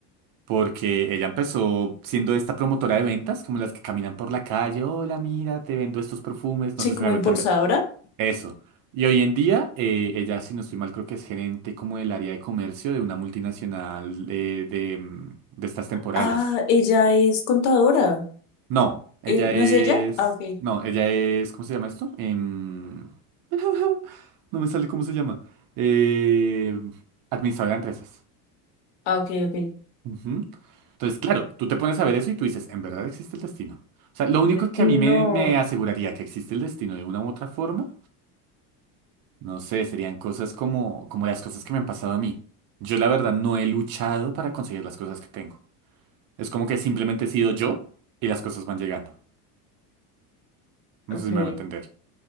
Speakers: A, on the right (about 45°); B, on the left (about 70°).
A: Porque ella empezó siendo esta promotora de ventas, como las que caminan por la calle, hola, mira, te vendo estos perfumes, no
B: Sí,
A: sé
B: como
A: si me hago
B: impulsadora.
A: entender. Eso. Y hoy en día, eh, ella, si no estoy mal, creo que es gerente como del área de comercio de una multinacional eh, de, mm, de estas temporales.
B: Ah, ella es contadora.
A: No, ella
B: Eh,
A: es...
B: ¿no es ella? Ah, ok.
A: No, ella es... ¿Cómo se llama esto? Em, <laughs> No me sale cómo se llama. Eh, Administradora de empresas.
B: Ah, ok, ok.
A: Ujú. Entonces, claro, tú te pones a ver eso y tú dices, ¿en verdad existe el destino? O sea, lo único que
B: No,
A: a mí me, me aseguraría que existe el destino de una u otra forma, no sé, serían cosas como, como las cosas que me han pasado a mí. Yo la verdad no he luchado para conseguir las cosas que tengo. Es como que simplemente he sido yo y las cosas van llegando.
B: ok.
A: No sé si me va a entender.